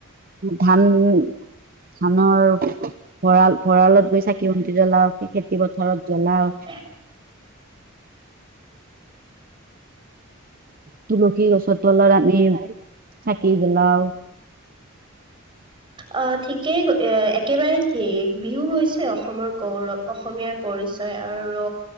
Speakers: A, on the right (about 45°); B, on the right (about 25°).
A: ধান-ধানৰ ভঁৰাল, ভঁৰালত গৈ চাকি-বন্তি জলাওগে। খেতি পথাৰত জলাও।
B: <unintelligible> অ, <unintelligible>
A: তুলসী গছৰ তলত আমি চাকি জ্বলাও
B: অ, ঠিকেই একেবাৰে সেইয়েই বিহু হৈছে অসমৰ গৌৰৱ, অসমীয়াৰ পৰিচয়। আৰু